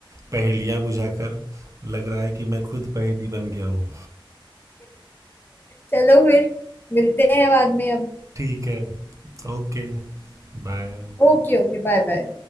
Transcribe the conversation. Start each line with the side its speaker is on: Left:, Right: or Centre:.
Right: पहेलियाँ बुझाकर लग रहा है कि मैं खुद पहेली बन गया हूँ
Left: चलो फिर मिलते हैं बाद में अब
Right: ठीक है Okay bye
Left: ओके Okay bye bye